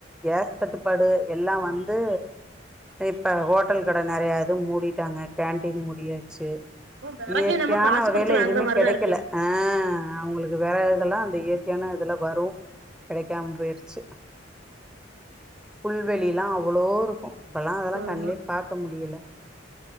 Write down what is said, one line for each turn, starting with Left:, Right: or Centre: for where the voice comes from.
Centre: கேஸ் தட்டுப்பாடு எல்லா வந்து இப்ப ஹோட்டல் கட நெறையா இது மூடிட்டாங்க கேன்டீன் மூடியாச்சு
Right: வெறகே
Centre: இயற்கையான
Right: நம்ம காசு
Centre: வகையில
Right: கொடுத்து வாங்குற
Centre: எதுவுமே
Right: மாதிரிதா
Centre: கெடைக்கல
Right: இருக்கு
Centre: ஆ அவங்களுக்கு வேற இதெல்லா அந்த இயற்கையான இதுல வரும் கெடைக்காம போயிருச்சு புல்வெளிலா அவ்வளோ இருக்கு இப்பலா அதெல்லா
Right: ஆமா
Centre: கண்லயே பாக்க முடியல